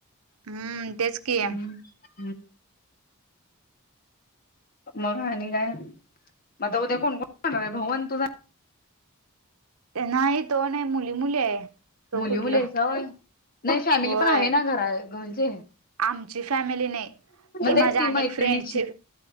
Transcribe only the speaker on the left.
हम्म हम्म, मग आणि काय? म आता उद्या कोण कोण होणार आहे भाऊ तू जाणार
मुली
मुली आहेसा होय नाही फॅमिली
पण आहे ना घरा- घरचे.
तेच
की
मैत्रिणीची